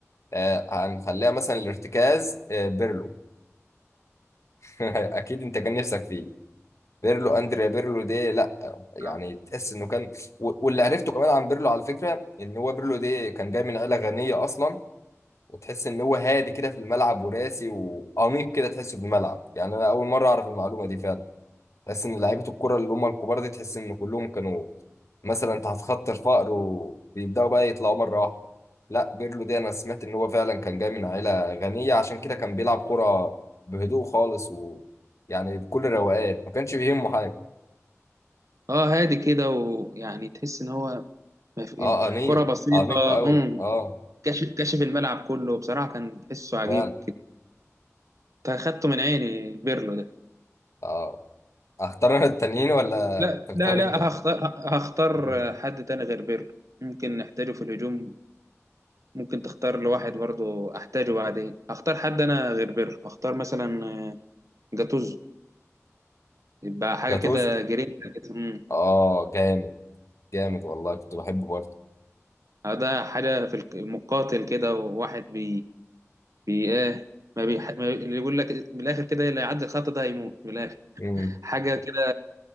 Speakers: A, on the left; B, on the right.
A: آه، هنخليها مثلا الارتكاز آه، بيرلو <laughs> اكيد انت كان نفسك فيه بيرلو اندريا بيرلو ده لا يعني
B: أه
A: تحس انه كان و- واللي عرفته كمان عن بيرلو على فكره ان هو بيرلو ده كان جاي من عيله غنيه اصلا وتحس ان هو هادي كده في الملعب وراسي وانيق كده تحسه في الملعب يعني انا اول مره اعرف المعلومه دي فعلا تحس ان لعيبه الكره اللي هم الكبار دي تحس ان كلهم كانوا مثلا تحت خط الفقر وبيبداوا بقى يطلعوا مره واحده لا بيرلو ده انا سمعت ان هو فعلا كان جاي من عيله غنيه عشان كده كان بيلعب كره بهدوء خالص ويعني بكل روقان ما كانش بيهمه حاجه
B: آه، هادي كده ويعني تحس إن هو ما في-
A: اه
B: يبقى
A: انيق
B: كرة بسيطة
A: انيق قوي
B: امم
A: اه
B: كشف كشف الملعب كله بصراحة كان تحسه عجيب
A: فعلا
B: كده فاخدته من عيني بيرلو ده
A: اه اختار انا التانيين ولا
B: لا
A: تختار
B: لا لا
A: انت
B: هختار هختار
A: <laughs>
B: حد تاني غير بيرلو ممكن نحتاجه في الهجوم ممكن تختار لواحد برضه احتاجه بعدين هختار حد انا غير بيرلو هختار مثلا آه، جاتوزو يبقى حاجة
A: جاتوزو
B: كده جرينتا كده امم
A: اه جامد جامد والله كنت بحبه برضه
B: ده حاجة في الك- المقاتل كده وواحد بي بي ايه ما بيح... ما بي... اللي يقول لك من الاخر كده اللي يعدي الخط ده هيموت من الاخر
A: امم
B: حاجة كده